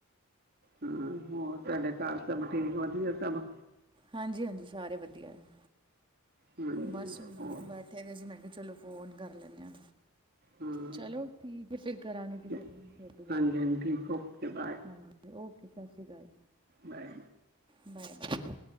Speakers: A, on the right; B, on the right.
A: ਹਾਂ ਹੋਰ ਤੁਹਾਡੇ ਘਰ ਸਭ ਠੀਕ ਵਧੀਆ ਸਭ
B: ਹਾਂਜੀ ਹਾਂਜੀ ਸਾਰੇ ਵਧੀਆ ਏ
A: ਹਾਂਜੀ
B: ਬਸ ਬ
A: ਹੋਰ
B: ਕਹਿੰਦੇ ਸੀ ਮੈਂ ਕਿਹਾ ਚਲੋ ਫੋਨ ਕਰ ਲੈਂਨੇ ਆ
A: ਹਾਂ
B: ਚਲੋ ਠੀਕ ਏ ਫਿਰ ਕਰਾਂਗੇ ਕਿਸੇ
A: ਹਾਂਜੀ
B: ਦਿਨ ਫਿਰ ਦੁਬਾਰਾ
A: ਹਾਂਜੀ ਠੀਕ ਓਕੇ ਬਾਏ
B: ਹਾਂਜੀ ਓਕੇ ਸਤਿ ਸ਼੍ਰੀ ਅਕਾਲ
A: ਬਾਏ
B: ਬਾਏ ਬਾਏ